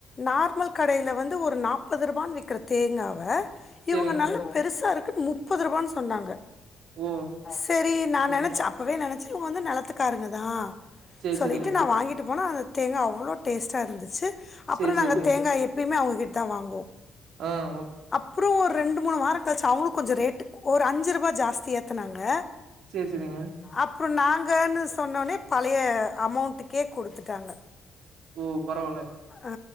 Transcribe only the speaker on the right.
செரிங்க
ஓ
ம்
சேரி
செரிங்க
சேரி
செரிங்க
ஆ ஓக்
சேரி செரிங்க
ஓ பரவால்ல